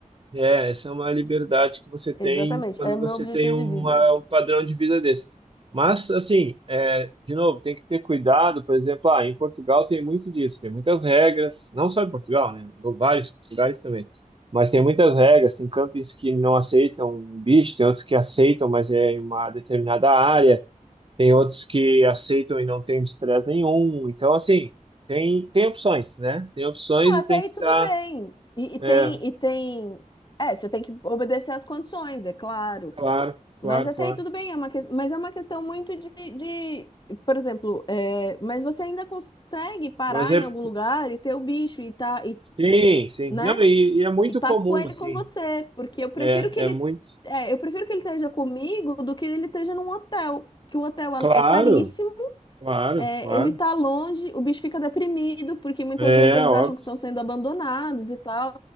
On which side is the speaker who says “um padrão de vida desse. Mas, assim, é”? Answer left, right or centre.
Right